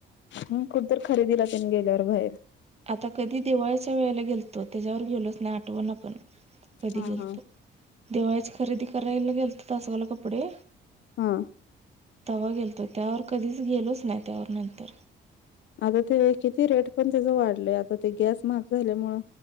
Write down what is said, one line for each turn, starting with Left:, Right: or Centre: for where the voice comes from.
Left: हम कुठ तर खरेदीला तेन गेल्यावर बाहेर.
Right: आता कधी दिवाळीच्या वेळेला गेलतो त्याच्यावर गेलोच नाही आठवणा पण तरी
Left: हा
Right: गेलतो
Left: हा
Right: दिवाळीच खरेदी करायला गेलतो तासगाव ला कपडे
Left: हा.
Right: तवा गेलतो त्यावर कधीच गेलोच नाही त्यावर नंतर.
Left: आगं ते किती रेट पण त्याचं वाढलंय, आता ते गॅस महाग झाल्यामुळं.